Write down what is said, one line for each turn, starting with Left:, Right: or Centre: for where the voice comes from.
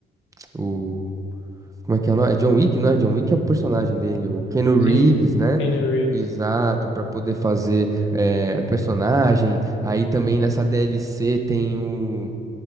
Right: o, o como é que é o nome? É John Wick, não é? John Wick é o personagem dele, o Keanu
Left: sim,
Right: Reeves, né?
Left: Keanu Reeves.
Right: Exato, para poder fazer eh, personagem. Aí também nessa DLC tem